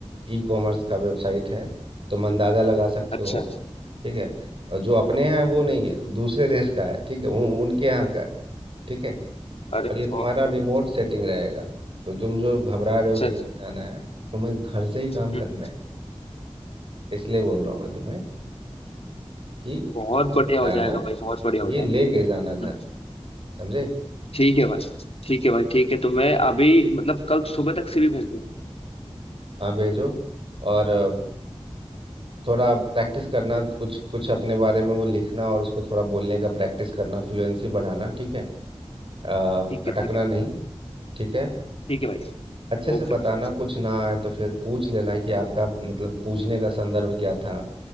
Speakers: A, on the right (about 50°); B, on the left (about 60°).
A: ई कॉमर्स का वेबसाइट है तुम अंदाज़ा लगा सकते
B: अच्छा
A: हो ठीक है और जो अपने यहाँ है वो नहीं है दूसरे देश का है ठीक है उन, उनके यहाँ का है ठीक है
B: अरे
A: और ये
B: बहुत
A: तुम्हारा
B: बढ़िया।
A: रिमोट सेटिंग रहेगा तो तुम जो घबरा रहे
B: अच्छा
A: हो कि
B: अच्छा,
A: घर जाना है तुम्हें घर से ही काम
B: हम्म
A: करना है इसलिए बोल रहा हूँ मैं तुम्हें कि
B: बहुत बढ़िया
A: जाना
B: हो जाएगा भाई बहुत बढ़िया हो
A: ये
B: जाएगा
A: लेके जाना घर
B: हम्म,
A: समझे
B: ठीक है भाई ठीक है भाई ठीक है तो मैं अभी मतलब कल सुबह तक सीवी भेज दूंगा
A: हाँ भेजो और अ, थोड़ा प्रैक्टिस करना कुछ कुछ अपने बारे में वो लिखना और उसको थोड़ा बोलने का प्रैक्टिस करना फ्लुएंसी बढ़ाना ठीक है अ,
B: ठीक
A: अटकना
B: है ठीक है भाई
A: नहीं ठीक है
B: ठीक है भाई
A: अच्छे से
B: ओके
A: बताना
B: भाई
A: कुछ ना आए तो फिर पूछ लेना कि आपका मतलब पूछने का संदर्भ क्या था